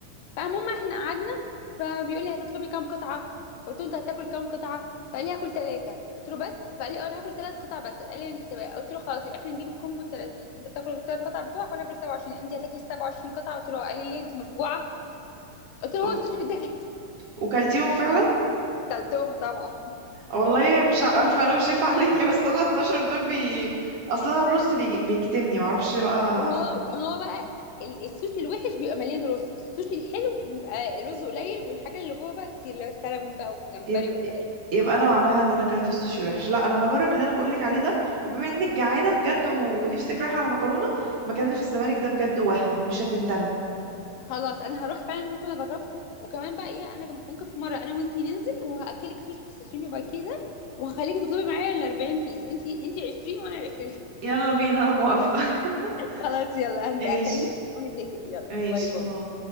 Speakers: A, on the left; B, on the right.
A: فالمهم احنا قعدنا فبيقول لي هتطلبي كام قطعه قلت له انت هتاكل كام قطعه فقال لي هاكل ثلاثه قلت له بس فقال لي اه انا هاكل ثلاث قطع بس قال لي طب قلت له خلاص يبقى احنا نجيب الكومبو 30 انت تاكل الثلاث قطع بتوعك وانا هاكل 27 انت هتاكلي 27 قطعه قلت له اه. قال لي ليه انت مفجوعه قلت له
B: و-
A: هو السوشي بيتاكل
B: وكلتيهم فعلا
A: <laughs> كلتهم طبعا
B: والله مش ع- الف انا وشيف عليكي <laughs> بس انا 12 دول بي اصلا الرز بي... بيكتمني معرفش بقى
A: ما هو ما هو بقى ال- السوشي الوحش بيبقى مليان رز السوشي الحلو بيبقى الرز قليل والحاجه اللي جوه بقى كتير اللي هو السلمون بقى والجمبري
B: يب...
A: والحاجات دي
B: يبقى انا معناها ان انا اكلت السوشي وحش لا انا هجرب اللي انا بقولك عليه ده وبما انك جعانة بجد ونفسك رايحة على مكرونة المكان اللي في الزمالك ده بجد وهم مش هتندمي
A: خلاص انا هروح فعلا ممكن اجربه وكمان بقى ايه انا جم- ممكن في مره انا وانتي ننزل وهاكلك سوشي في الساشيمي بقى كده وهخليكي تطلبي معايا ال 40 بيس انتي انتي 20 وانا 20 <laughs>
B: يلا بينا انا موافقة <laughs>
A: خلاص يلا
B: ايش
A: هكلمك ونتفق يلا
B: ايش
A: باي باي
B: هو